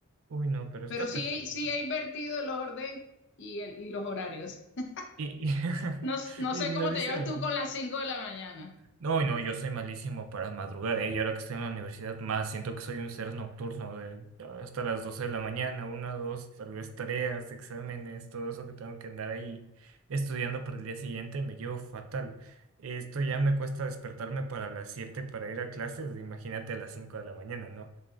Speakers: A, on the right; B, on the left.
A: Uy, no, pero está
B: Pero sí,
A: perfecto.
B: sí he invertido el orden y, el, y los horarios. <laughs>
A: Y, y,
B: No,
A: <laughs>
B: no
A: y
B: sé
A: no
B: cómo
A: dice.
B: te llevas tú con las 5 de la mañana.
A: No, no, yo soy malísimo para madrugar, ¿eh? Y ahora que estoy en la universidad, más siento que soy un ser nocturno, de ah, hasta las 12 de la mañana, una, dos, tal vez tareas, exámenes, todo eso que tengo que andar ahí estudiando para el día siguiente, me llevo fatal. Esto ya me cuesta despertarme para las 7 para ir a clases, imagínate a las 5 de la mañana, ¿no?